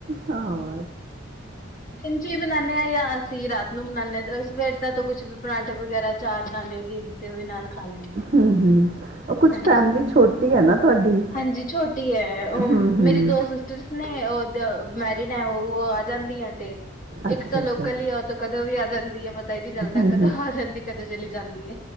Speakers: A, on the right (about 35°); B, on the left (about 40°).
A: ਹਾਂ,
B: <inaudible> ਦਿਨ ਚ ਵੀ ਬਣਾਂਦੇ ਆ ਜਾਂ ਅਸੀਂ ਰਾਤ ਨੂੰ ਬਣਾਂਦੇ ਆ ਸਵੇਰ ਦਾ ਤਾਂ ਕੁੱਛ ਵੀ ਪਰਾਂਠੇ ਵਗੈਰਾ ਚਾਰ ਨਾਲ ਜਾਂ <unintelligible> ਹਾਂ
A: ਹੂੰ ਹੂੰ, ਉਹ ਕੁਛ
B: ਹਾਂਜੀ
A: ਫੈਮਿਲੀ ਛੋਟੀ ਐ ਨਾ ਤੁਹਾਡੀ।
B: ਹਾਂਜੀ ਛੋਟੀ ਐ ਉਹ
A: ਹੂੰ ਹੂੰ
B: ਮੇਰੀ ਦੋ ਸਿਸ ਟਰਸ ਨੇ ਉਹ ਮੈਰਿਡ ਐ ਉਹ ਆ ਜਾਂਦੀ ਐ ਤੇ
A: ਅੱਛਾ
B: ਇੱਕ ਤਾਂ
A: ਅੱਛਾ
B: ਲੋਕਲ ਹੀ ਉਹ ਕਦੋਂ ਵੀ ਆ ਜਾਂਦੀ ਐ ਪਤਾ ਹੀ ਨੀ ਚੱਲਦਾ
A: ਹਮ
B: ਕਦੋਂ ਆ ਜਾਂਦੀ ਕਦੋਂ ਚਲੀ ਜਾਂਦੀ।